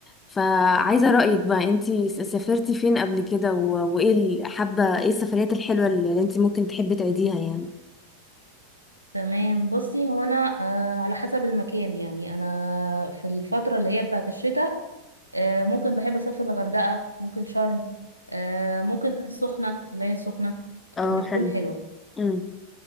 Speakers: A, on the left; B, on the right.
A: فعايزة رأيك بقى انتي س- سافرتي فين قبل كده و- وايه ال- حابة ايه السفريات الحلوة اللي انتي ممكن تحبي تعيديها يعني
B: تمام بصي هو انا آه على حسب المكان يعني انا في الفتره اللي هي بتاعه الشتاء آه ممكن بحب اسافر الغردقه ممكن شرم آه ممكن السخنه العين السخنه
A: اه
B: آه، بتكون
A: حلو
B: حلوه
A: امم